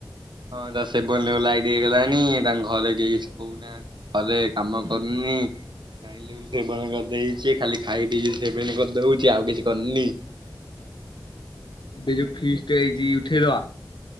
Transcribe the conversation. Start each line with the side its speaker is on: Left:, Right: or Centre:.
Right: ହଁ ତା ସେବନାଇଦଗଲାଣି ତାଙ୍କ ଘରେ କିଏ କିଛି କହୁନା ଘରେ କାମ କରୁନି ଖାଇଲେ ସେବନ କରିଦେଇଛି ଖାଲି ଖାଇ ପିଇକି ସେନ କରିଦଉଛି ଆଉ କିଛି କରିନି।
Left: ବ ଯୋ ଫିଜ ଟ ଆଇଛି ଉଠେଇ ଦେବା।